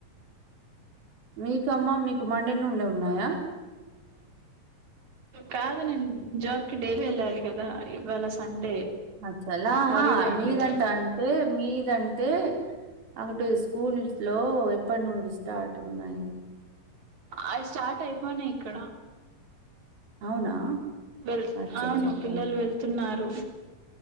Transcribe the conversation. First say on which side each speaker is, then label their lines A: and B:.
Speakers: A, on the right (about 85°); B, on the right (about 55°).
A: మీకమ్మ మీకు మండె నుండె ఉన్నాయా
B: కాదు నేను జాబ్కిి డైలీ వెళ్ళాలి కదా ఇవాళ సండే
A: అచ్చలాహా
B: హాలిడే
A: మీదంటాంటే
B: ఉండే
A: మీదంటే ఒకటి స్కూల్స్ లో ఎప్పటి నుండి స్టార్ట్ ఉన్నాయి
B: అ స్టార్ట్ అయిపోనాయి ఇక్కడ
A: అవునా
B: వెళ్
A: అచ్చచ్చచ్చ
B: అవును పిల్లలు వెళ్తున్నారు